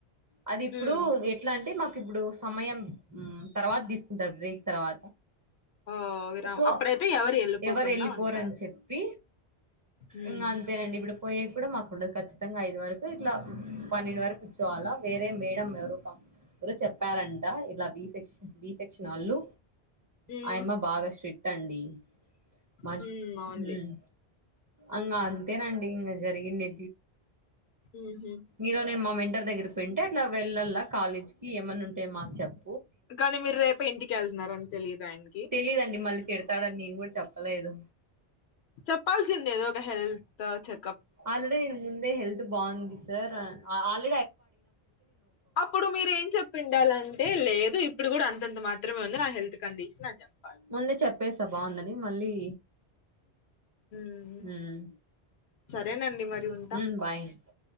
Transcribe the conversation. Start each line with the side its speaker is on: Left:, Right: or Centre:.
Right: అది ఇప్పుడు
Left: హ్మ్
Right: ఎట్లా అంటే మాకు. ఇప్పుడు సమయం తర్వాత తీసుకుంటారు. బ్రేక్ తర్వా
Left: ఓ విరా
Right: సో
Left: అప్పుడైతే ఎవరు వెళ్ళిపోకుండా
Right: ఎవరెళ్లిపోరని
Left: ఉంటారు
Right: చెప్పి.
Left: హ్మ్
Right: ఇంగంతేనండి ఇప్పుడు పోయే. ఇప్పుడు మాకు ఉండదు. ఖచ్చితంగా ఐదు వరకు ఇట్లా పన్నెండు వరకు కూర్చోవాలా, వేరే మేడంమ్ ఎవరో పం ఎవరో చెప్పారంట, ఇట్లా బీఫ్. సె బి సెక్షన్‌ వాళ్లు
Left: హ్మ్
Right: ఆయమ్మ బాగా స్ట్రిక్ట్ అండి. మంచ్
Left: హ్మ్ అవునులే
Right: మ్మ్ ఇంగ అంతేనండి ఇంగ జరిగిండే
Left: ఊహూ
Right: ఈరోజెం మా మెన్ టర్ దగ్గర పోయింటే అట్లా వెళ్ళలా, కాలేజ్ కి ఏమన్నా ఉంటే మాకు చెప్
Left: కానీ మీరు రేపు ఇంటికెళ్తన్నారని తెలీదు ఆయనకి.
Right: తెలీదండి మళ్ళీ తిడతాడని నేను కూడా చెప్పలేదు.
Left: చెప్పాల్సింది ఏదో ఒక హెల్త్ చె
Right: ఆల్రెడీ నేను ముందే, హెల్త్ బావుంది సార్. ఆల్
Left: అప్పుడు మీరు ఏం చెప్పిండాలంటే లేదు ఇప్ ఇప్పుడు కూడా అంతంత మాత్రమే ఉంది. నా హెల్త్ కండిషన్ అని చెప్పి.
Right: ముందే చెప్పేసా, బావుందని మళ్లీ.
Left: మ్మ్
Right: ఉమ్
Left: సరేనండి మరి ఉంటా
Right: ఉమ్ బాయ్